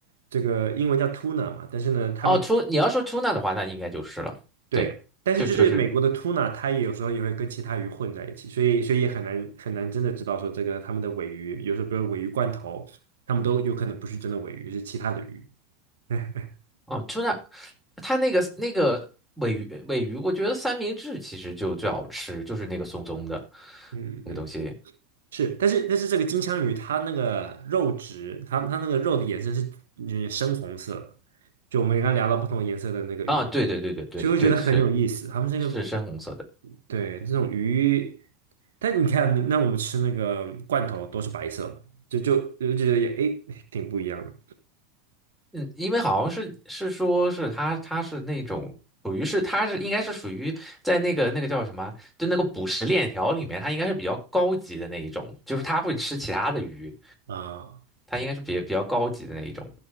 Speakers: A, on the right; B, in the centre.
A: 这个英文叫 tuna 嘛，但是呢，他们
B: 哦，出你要说出纳的话，那应该就是了。
A: 对，
B: 对，
A: 但是就是美国的
B: 就就是
A: tuna 它也有时候也会跟其他鱼混在一起，所以所以也很难很难真的知道说这个他们的尾鱼，有时候比如尾鱼罐头，他们都有可能不是真的尾鱼，是其他的鱼。<laughs>
B: 哦，出纳，它那个那个尾鱼尾鱼，我觉得三明治其实就最好吃，就是那个松松的
A: 嗯嗯，
B: 那个东西
A: 是，但是但是这个金枪鱼它那个肉质，它它那个肉的颜色是嗯深红色的就我们刚刚聊到不同颜色的那个鱼，
B: 啊。对对对对对对，
A: 就会觉得很有意思。
B: 是
A: 他们这个
B: 是深红色的。
A: 对，这种鱼，但你看，那我们吃那个罐头都是白色的，就就就觉得也诶挺不一样的
B: 嗯，因为好像是是说是它它是那种属于是它是应该是属于在那个那个叫什么，就那个捕食链条里面，它应该是比较高级的那一种，就是它会吃其他的鱼。
A: 啊、
B: 它应该是比比较高级的那一种，